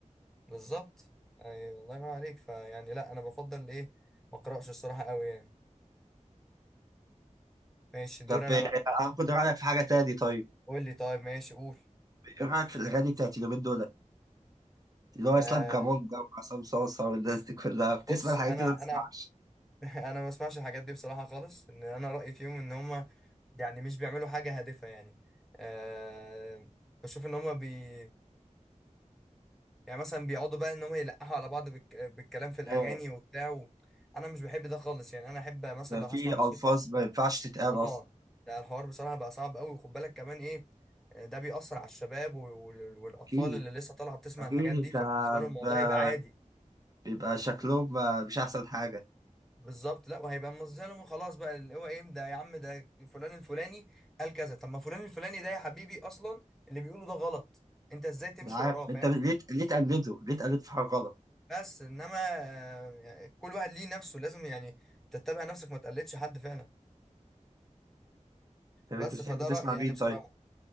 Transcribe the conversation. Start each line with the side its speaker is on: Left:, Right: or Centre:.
Centre: بالظبط ايوه الله ينور عليك فيعني لا انا بفضل ايه ما اقراش الصراحة قوي يعني ماشي دور
Right: طب
Centre: انا
Right: آه،
Centre: بقى
Right: هاخد رأيك في حاجة تاني طيب
Centre: قول لي طيب ماشي قول
Right: إيه رأيك في الأغاني بتاعت اليومين دول اللي هو
Centre: آه
Right: إسلام كابونجا وعصام صاصة والناس دي كلها بتسمع
Centre: بص
Right: الحاجات
Centre: انا
Right: دي ولا ما تسمعش؟
Centre: انا <laughs> انا ما بسمعش الحاجات دي بصراحه خالص ان انا رايي فيهم ان هم يعني مش بيعملوا حاجه هادفه يعني آه بشوف ان هم بي يعني مثلا بيقعدوا بقى ان هم يلقحوا على بعض بالك... بالكلام في الاغاني
Right: آه،
Centre: وبتاع و... انا مش بحب ده خالص يعني انا احب مثلا
Right: ده
Centre: لو
Right: في
Centre: هسمع
Right: ألفاظ
Centre: موسيقى
Right: ما ينفعش تتقال
Centre: اه
Right: أصلا
Centre: ده الحوار بصراحه بقى صعب قوي وخد بالك كمان ايه آه، ده بيأثر على الشباب وال... وال- والاطفال
Right: أكيد
Centre: اللي لسه طالعه بتسمع
Right: أكيد
Centre: الحاجات
Right: أنت
Centre: دي فبالنسبه لهم الموضوع
Right: ب-
Centre: هيبقى عادي
Right: بيبقى شكلهم مش أحسن حاجة
Centre: بالظبط لا وهيبقى مظلم خلاص بقى اللي هو ايه ده يا عم ده فلان الفلاني قال كذا طب ما فلان الفلاني ده يا حبيبي اصلا اللي بيقوله ده غلط انت ازاي تمشي
Right: أنا عارف
Centre: وراه فاهم
Right: أنت ليه ليه تقلده ليه تقلده في حاجة غلط
Centre: بس انما آه، يعني كل واحد ليه نفسه لازم يعني تتبع نفسك ما تقلدش حد فعلا
Right: طب
Centre: بس
Right: أنت بتحب
Centre: فده
Right: تسمع
Centre: رأيي يعني
Right: مين
Centre: بصراحة
Right: طيب؟